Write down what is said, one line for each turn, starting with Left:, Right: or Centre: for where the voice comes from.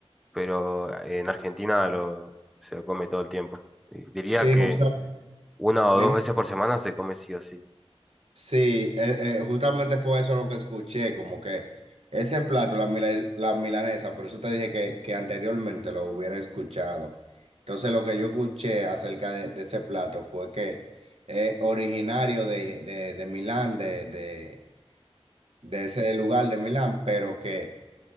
Centre: pero eh, en Argentina lo, se lo come todo el tiempo. Y Diría
Right: Sí,
Centre: que
Right: justo.
Centre: una o
Right: Dime.
Centre: dos veces por semana se come sí o sí.
Right: Sí, eh, eh, justamente fue eso lo que escuché, como que ese plato, la, mila- la milanesa, por eso te dije que, que anteriormente lo hubiera escuchado. Entonces lo que yo escuché acerca de, de ese plato fue que es originario de, de, de Milán, de, de, de ese lugar de Milán, pero que